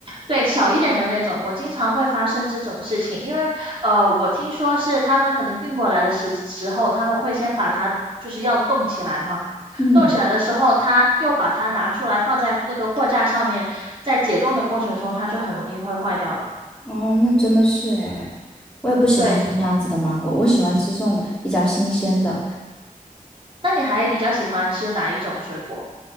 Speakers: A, on the right (about 40°); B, in the centre.
A: 对，小一点的那种，我经常会发生这种事情，因为呃，我听说是他们可能运过来的时时候，他们会先把它就是要冻起来嘛，
B: 嗯，
A: 冻起来的时候，他又把它拿出来放在那个货架上面，在解冻的过程中，它就很容易会坏掉了。
B: 哦，那真的是诶，我也不喜欢吃那样子的芒果，
A: 对，
B: 我喜欢吃这种比较新鲜的。
A: 那你还比较喜欢吃哪一种水果？